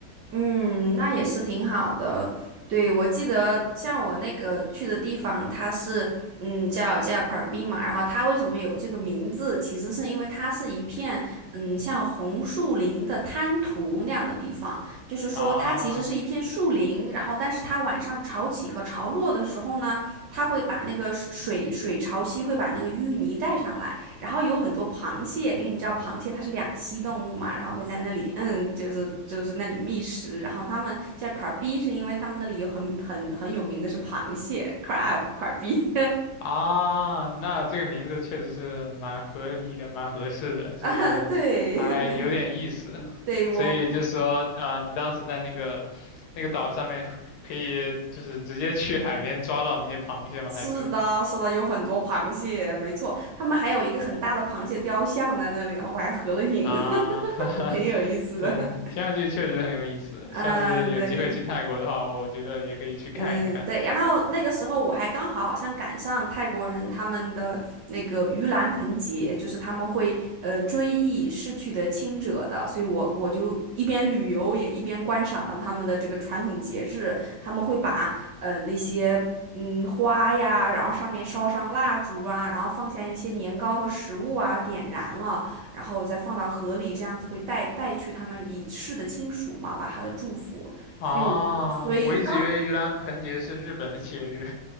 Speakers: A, on the right; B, on the left.
A: 嗯，那也是挺好的。对，我记得像我那个去的地方，它是嗯叫叫 k 尔 a 嘛，然后它为什么有这个名字，其实是因为它是一片嗯像红树林的滩涂那样的地方，就是说它其实是一片树林，
B: 啊。
A: 然后但是它晚上潮起和潮落的时候呢，它会把那个水水潮汐会把那个淤泥带上来，然后有很多螃蟹，因为你知道螃蟹它是两栖动物嘛，然后会在那里，嗯，就是就是那里觅食。然后他们叫 crabby，是因为他们那里有很很很有名的是螃蟹 crab crabby
B: 啊，那这个名字确实是蛮合理的，蛮合适的，
A: <laughs>
B: 就是还有点意思。
A: 啊，对 <laughs> 对，
B: <laughs>
A: 我
B: 所以就说啊、呃你当时在那个那个岛上面，可以就是直接去海边抓到那些螃蟹吗？
A: 是的，
B: 还是
A: 是的，有很多螃蟹，没错，他们还有一个很大的螃蟹雕像在那里，然后我还合了影，
B: 啊，
A: <laughs>
B: <laughs>
A: 挺有意思的。
B: 对，听上去确实很有意思。
A: <laughs>
B: 下次有机会去泰国的话，
A: 嗯，对。
B: 我觉得也可以去看一看。
A: 嗯，对，然后那个时候我还刚好好像赶上泰国人他们的那个盂兰盆节，就是他们会呃追忆逝去的亲者的，所以我我就一边旅游也一边观赏了他们的这个传统节日，他们会把呃那些嗯花呀，然后上面烧上蜡烛啊，然后放下一些年糕和食物啊，点燃了，然后再放到河里，这样子会带带去他们已逝的亲属嘛，把他的祝福。
B: 啊，
A: 所以我所以刚
B: 我一直以为盂兰盆节是日本的节日。